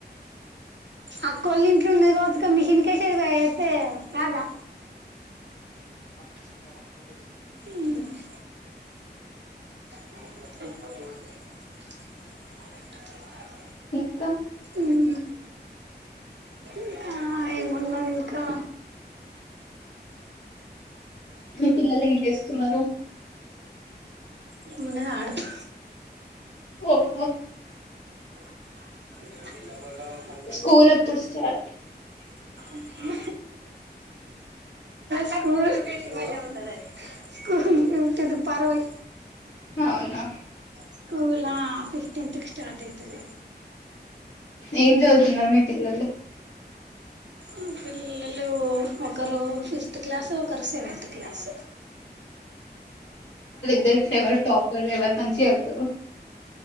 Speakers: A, on the right; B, on the left.
A: అక్కోల్ ఇంట్లో వున్నై కాచ్చుక మిషన్క ఏసేదిగా ఎత్తే కాదా
B: హ
A: ఉమ్ బ
B: ఇంకా
A: హ్మ్ ఇంకా ఏమున్నది ఇంకా
B: మీ పిల్లలు ఏం చేస్తున్నారు
A: ఏమున్నార్ ఆడతు
B: ఒహో
A: ల్ ప
B: స్కూలేప్పుడు స్టార్ట్
A: మ స్కూ మ ఉన్నా స్కూల్ కుంటది పర్వై
B: అవునా
A: స్కూలా ఫిఫ్టీన్త్ కి స్టార్ట్ అయితది
B: ఏం చదువుతున్నారు మీ పిల్లలు
A: ఆ పిల్లలు ఒకరు ఫిఫ్త్ క్లాస్ ఒకరు సెవెంతత్ క్లాస్
B: మెరిట్ ఎవరు టాపర్ ఎవరు మంచిగ చదువుతారు